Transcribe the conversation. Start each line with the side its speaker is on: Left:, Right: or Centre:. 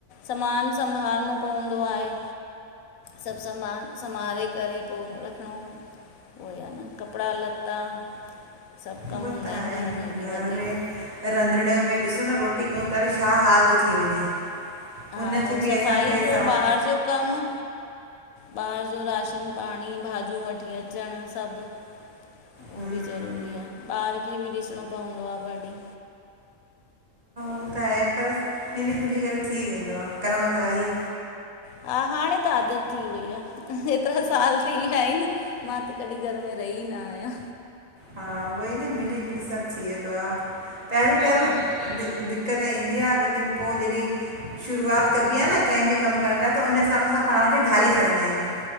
Left: समान संभालणो पवंदो आहे। सभु समान संभाले करे पो रखिणो उहोइ आ न, कपिड़ा लता सभु कम
Right: उहो
Left: हूंदा
Right: त आहिनि,
Left: घर में बि वधीक
Right: घर में रंधिणे में ॾिसूं न रोटी कयूं त, छा हाल तो थी वञे।
Left: हा
Right: उनखे
Left: हो
Right: बि
Left: सफ़ाई
Right: असांखे
Left: पो
Right: सवा
Left: ॿाहिरि जो कमु ॿाहिरि जो राशन पाणी भाॼियूं वठी अच। अचणु सभु, उहो
Right: हम्म,
Left: बि ज़रूरी आ, ॿार खे बि ॾिसणो पवंदो आ ॿॾी।
Right: हूअ त आहे, पर मिली जुली करे थी वेंदो आ, करिणो त आहेइ।
Left: हा हाणे त आदत थी वई आ, हेतिरा साल थी विया आहिनि। मां त कॾी घर में रही न आहियां।
Right: हा उवई न मिली जुली सभु थी वेंदो आ, पहिरियों पहिरियों
Left: हा
Right: दि दि दिक्क़त ईंदी आ, लेकिन पो जॾी शुरूआति कॿी आ न कंहिं बि कमु करणु लाइ त, उन हिसाब सां पाण खे ढाले छॾींदा आहियूं।